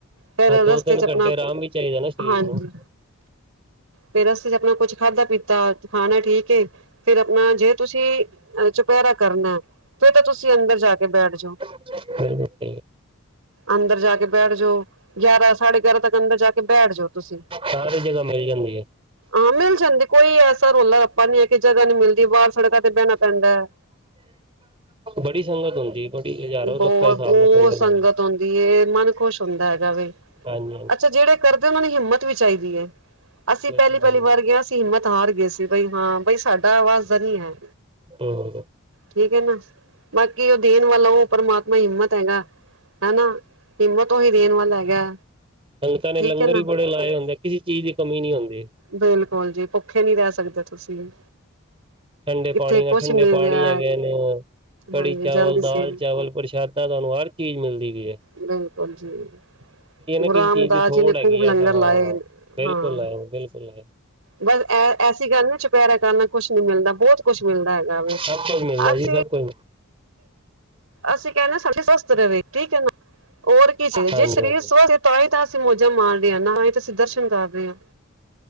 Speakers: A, on the right (about 80°); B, on the right (about 25°).
A: ਫੇਰ
B: ਹਾਂ ਦੋ
A: ਰਸਤੇ
B: ਤਿੰਨ
A: 'ਚ ਆਪਣਾ।
B: ਘੰਟੇ ਆਰਾਮ ਵੀ ਚਾਹੀਦਾ ਨਾ ਸਰੀਰ
A: ਹਾਂਜੀ।
B: ਨੂੰ
A: ਫੇਰ ਰਸਤੇ 'ਚ ਆਪਣਾ ਕੁਛ ਖਾਧਾ- ਪੀਤਾ ਖਾਣਾ ਠੀਕ ਏ। ਫਿਰ ਆਪਣਾ ਜੇ ਤੁਸੀਂ ਅਹ ਚੁਪਹਿਰਾ ਕਰਨੇਅ। ਫਿਰ ਤਾਂ ਤੁਸੀਂ ਅੰਦਰ ਜਾ ਕੇ ਬੈਠ ਜੋ।
B: ਹੂੰ
A: ਅੰਦਰ ਜਾ ਕੇ ਬੈਠ ਜੋ। ਗਿਆਰਾਂ ਸਾਢੇ ਗਿਆਰਾਂ ਤੱਕ ਅੰਦਰ ਜਾ ਕੇ ਬੈਠ ਜੋ ਤੁਸੀਂ।
B: ਸਾਰੀ ਜਗ੍ਹਾ ਮਿਲ ਜਾਂਦੀ ਐ।
A: ਹਾਂ, ਮਿਲ ਜਾਂਦੀ ਕੋਈ ਐਸਾ ਰੋਲਾ- ਰੱਪਾ ਨੀ ਹੈ ਕਿ ਜਗ੍ਹਾ ਨੀ ਮਿਲਦੀ ਬਾਹਰ ਸੜਕਾਂ ਤੇ ਬਹਿਣਾ ਪੈਂਦਾ ਐ।
B: ਬੜੀ ਸੰਗਤ ਹੁੰਦੀ ਬੜੀ ਹਜ਼ਾਰੋ,
A: ਬਹੁਤ
B: ਲੱਖਾਂ ਦੇ ਹਿਸਾਬ
A: ਬਹੁਤ
B: ਨਾਲ ਸੰਗਤ। ਹੁੰ
A: ਸੰਗਤ ਹੁੰਦੀ ਏ ਮਨ ਖੁਸ਼ ਹੁੰਦਾ ਹੈਗਾ ਵੇ।
B: ਹਾਂਜੀ।
A: ਅੱਛਾ ਜਿਹੜੇ ਕਰਦੇ ਉਹਨਾਂ ਨੂੰ ਹਿੰਮਤ ਵੀ ਚਾਈਦੀ ਏ। ਅਸੀਂ
B: ਬਿਲਕੁਲ
A: ਪਹਿਲੀ-ਪਹਿਲੀ ਵਾਰ ਗਿਆ। ਹਿੰਮਤ ਹਾਰ ਗਏ ਸੀ ਬਈ ਹਾਂ। ਬਈ ਸਾਡਾ ਵਾਸ ਦਾ ਨੀ‌ ਐ।
B: ਬਿਲਕੁਲ
A: ਠੀਕ ਐ ਨਾ, ਬਾਕੀ ਉਹ ਦੇਣ ਵਾਲਾ ਉਹ ਪਰਮਾਤਮਾ ਹਿੰਮ ਤ ਹੈਗਾ ਹਨਾ, ਹਿੰਮਤ ਉਹੀ ਦੇਣ ਵਾਲਾ ਹੈਗਾ।
B: ਸੰਗਤਾਂ ਨੇ
A: ਠੀਕ
B: ਲੰਗਰ
A: ਹੈ ਨਾ
B: ਵੀ ਬੜੇ ਲਾਏ ਹੁੰਦੇ ਆ, ਕਿਸੇ ਚੀਜ਼ ਦੀ ਕਮੀ ਨੀ ਹੁੰਦੀ।
A: ਬਿਲਕੁਲ ਜੀ ਭੁੱਖੇ ਨੀ ਰਹਿ ਸਕਦੇ ਤੁਸੀਂ।
B: ਠੰਡੇ
A: ਇੱਥੇ
B: ਪਾਣੀ ਨਾਲ
A: ਕੁਛ
B: ਠੰਡੇ
A: ਨੀ
B: ਪਾਣੀ
A: ਰਿਹਾ
B: ਹੈਗੇ ਨੇ ਕੜੀ-ਚਾਵਲ,
A: ਹਾਂਜੀ ਜਲਦੀ
B: ਦਾਲ-ਚਾਵਲ
A: ਸੇਰ
B: ਪ੍ਰਸ਼ਾਦ ਦਾਂ ਤੁਹਾਨੂੰ ਹਰ ਚੀਜ਼ ਮਿਲਦੀ ਵੀ ਈ ਐ।
A: ਬਿਲਕੁਲ ਜੀ। ਗੁਰੂ
B: ਕਿਸੇ
A: ਰਾਮਦਾਸ
B: ਚੀਜ਼ ਦੀ ਥੋੜ
A: ਜੀ ਨੇ
B: ਹੈਗੀ
A: ਖੂਬ
B: ਐ
A: ਲੰਗਰ
B: ਹਾਂ
A: ਲਾਏ,
B: ਬਿਲਕੁਲ
A: ਹਾਂ।
B: ਆਏ ਬਿਲਕੁਲ ਆਏ
A: ਬਸ ਐ ਐਸੀ ਗੱਲ ਨੂੰ ਚੁਪੈਰਾ ਕਰਨਾ ਕੁਛ ਨੀ ਮਿਲਦਾ ਬੋਤ ਕੁਛ ਮਿਲਦਾ ਹੈਗਾ ਵੇ,
B: ਸਭ ਕੁਝ ਮਿਲਦਾ
A: ਅਸੀਂ
B: ਜੀ ਸਭ ਕੁਝ
A: ਅਸੀਂ ਕਹਿੰਨੇ ਆ ਸਾ ਸਵਸਥ ਰਵੇ ਠੀਕ ਐ ਨਾ ਹੋਰ ਕੀ ਚਈਏ ਜੇ
B: ਹਾਂਜੀ
A: ਸਰੀਰ
B: ਹਾਂਜੀ
A: ਸਵਸਥ ਤਾਂ ਈ ਤਾਂ ਅਸੀਂ ਮੌਜਾਂ ਮਾਰਦੇ ਆ ਨਾ ਏਤੇ ਅਸੀ ਦਰਸ਼ਨ ਕਰ ਰੇ ਆ।